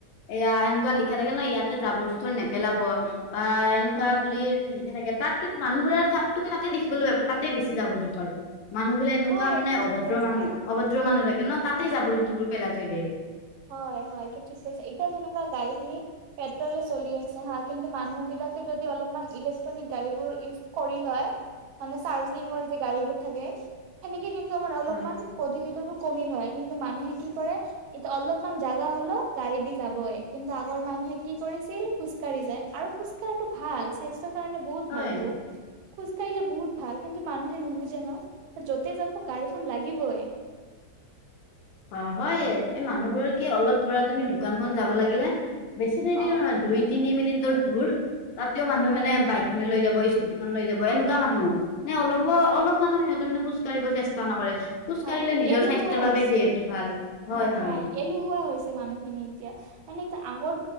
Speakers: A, on the left; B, on the right.
A: এয়া এনেকুৱা লিখা থাকে ন, ইয়াতে জাবৰ-জোথৰ নেপেলাব বা এনেকুৱা
B: হয়
A: বুলি লিখা থাকে। তাত কি মানুহবোৰে তাত তুমি তাতে দেখিবলৈ পাবা, তাতেই বেছি যাবৰ-জোথৰ। মানুহবোৰে এনেকুৱা
B: হয় এইটো
A: মানে
B: ঠিক
A: অভদ্ৰ
B: কৈছা।
A: মানুহ, অভদ্ৰ মানুহ থাকে ন, তাতেই যাবৰ-জোথৰবোৰ পেলাই থৈ দিয়ে।
B: হয় হয়। এইটো ঠিক কৈছে। এতিয়া যেনেকুৱা গাড়ীখিনি পেট্ৰলে চলি আছে হা। কিন্তু মানুহবিলাকে যদি অলপ মান ইলেক্ট্ৰনিক গাড়ীবিলাক ইউজ কৰিল হয় মানে চাৰ্জিঙৰ যে গাড়ীবোৰ থাকে। সেনেকে কিন্তু আমাৰ অলপমান
A: হয়
B: প্ৰদূষিতটো কমিল হয়। কিন্তু মানুহে কি কৰে এতিয়া অলপ মান জাগা হ'লেও গাড়ী দি যাবই। কিন্তু আগৰ মানুহে কি কৰিছিল খোজকাঢ়ি যায়। আৰু খোজ কাঢ়াটো ভাল, স্বাস্থ্যৰ কাৰণে বহুত
A: হয়।
B: ভালটো। খোজ কাঢ়িলে বহুত ভাল। কিন্তু মানুহে নুবুজে ন। য'তে যাব গাড়ীখন লাগিবই।
A: অ', হয়। এই মানুহবোৰৰ কি অলপ ধৰা তুমি দোকানখন যাব লাগিলে বেছি দেৰি
B: অ
A: নহয় দুই-তিনি মিনিটৰ দূৰ তাতেও মানুহ
B: হয়
A: মানে বাইক খনে লৈ যাব, স্কুটিখন লৈ যাব এনেকুৱা
B: হয়
A: মানুহ। মানে অলপো
B: হয়
A: অলপমানো সিহঁতে খোজ কাঢ়িব চেষ্ট তা নকৰে। খোজ
B: হয়
A: কাঢ়িলে নিজৰ
B: এলেহুৱা
A: স্বাস্থ্যৰ বাবে
B: হৈছে
A: যিহেতু
B: অ',
A: ভাল হয় হয়
B: ভাল। এলহুৱা হৈছে মানুহখিনি এতিয়া। মানে এটা আগৰ